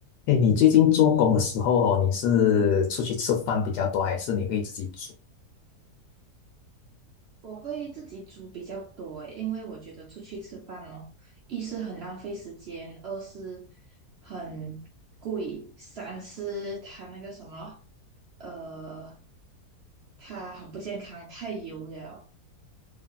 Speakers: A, on the left; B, on the right.
A: 哎，你最近做工的时候哦，你是出去吃饭比较多，还是你会自己煮？
B: 我会自己煮比较多诶，因为我觉得出去吃饭哦，一是很浪费时间，二是很贵，三是它那个什么，呃，它很不健康，太油了。